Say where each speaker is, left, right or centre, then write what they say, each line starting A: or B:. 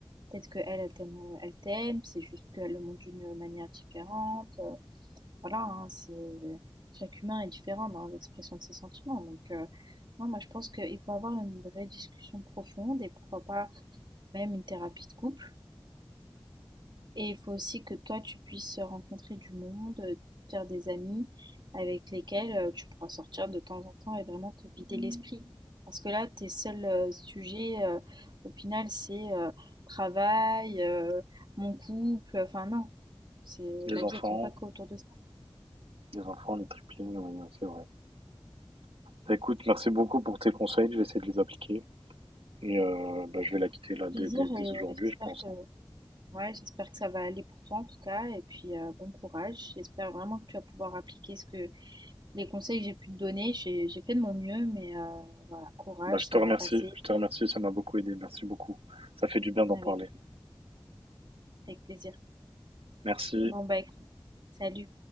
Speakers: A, on the right; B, on the right.
A: peut-être que elle, elle t'aime, euh, elle t'aime, c'est juste qu'elle le montre d'une manière différente. euh, voilà, hein, c'est chaque humain est différent dans l'expression de ses sentiments. Donc, euh, non, moi, je pense qu'il faut avoir une vraie discussion profonde et pourquoi pas même une thérapie de couple. Et il faut aussi que toi, tu puisses rencontrer du monde, euh, faire des amis avec lesquels euh, tu pourras sortir de temps en temps et vraiment te vider l'esprit. Parce que là, tes seuls euh, sujets, euh, au final, c'est euh, travail, euh, mon couple. Enfin, non, c'est
B: Les
A: la
B: enfants,
A: vie, elle ne tourne pas qu'autour de ça.
B: les enfants, les triplés, oui, ouais, c'est vrai. Bah, écoute, merci beaucoup pour tes conseils. Je vais essayer de les appliquer. Et euh, bah, je vais la quitter
A: Avec
B: là dès,
A: plaisir
B: dès- dès
A: et
B: aujourd'hui,
A: j'espère
B: je pense.
A: que
B: hein.
A: ouais, j'espère que ça va aller pour toi en tout cas et puis euh, bon courage. J'espère vraiment que tu vas pouvoir appliquer ce que les conseils que j'ai pu te donner. J'ai j'ai fait de mon mieux, mais euh, voilà, courage,
B: Bah, je
A: ça
B: te remercie.
A: va passer
B: Je te remercie. Ça m'a beaucoup aidé. Merci beaucoup. Ça fait du bien d'en parler.
A: avec avec plaisir.
B: Merci.
A: Bon bah écoute, salut.